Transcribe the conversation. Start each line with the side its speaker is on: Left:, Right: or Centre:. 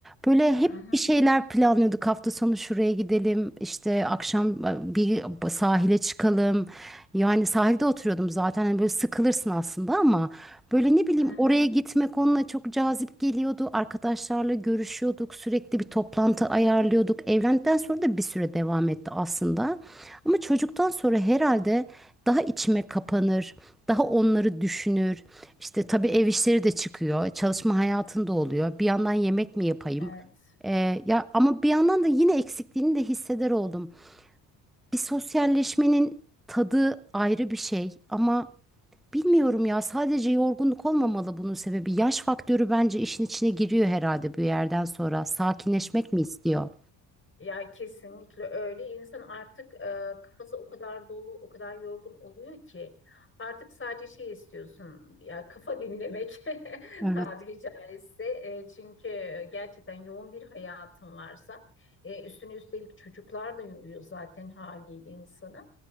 Centre: böyle hep
Left: Hı hı.
Centre: bir şeyler planlıyorduk. Hafta sonu şuraya gidelim, işte akşam e, bir sahile çıkalım. Yani sahilde oturuyordum zaten hani böyle sıkılırsın aslında ama Böyle ne bileyim
Left: Hı hı.
Centre: oraya gitmek onunla çok cazip geliyordu. Arkadaşlarla görüşüyorduk. Sürekli bir toplantı ayarlıyorduk. Evlendikten sonra da bir süre devam etti aslında. Ama çocuktan sonra herhalde daha içime kapanır, daha onları düşünür. İşte tabii ev işleri de çıkıyor. Çalışma hayatında oluyor. Bir yandan yemek mi yapayım?
Left: Evet.
Centre: Ee, ya ama bir yandan da yine eksikliğini de hisseder oldum. Bir sosyalleşmenin tadı ayrı bir şey ama Bilmiyorum ya sadece yorgunluk olmamalı bunun sebebi. Yaş faktörü bence işin içine giriyor herhalde bu yerden sonra. Sakinleşmek mi istiyor?
Left: Ya kesinlikle öyle. İnsan artık e, kafası o kadar dolu, o kadar yorgun oluyor ki artık sadece şey istiyorsun. Ya kafa dinlemek <laughs>
Centre: Evet.
Left: tabiri caizse. E, çünkü gerçekten yoğun bir hayatın varsa e, üstüne üstelik çocuklar da yoruyor zaten haliyle insanı.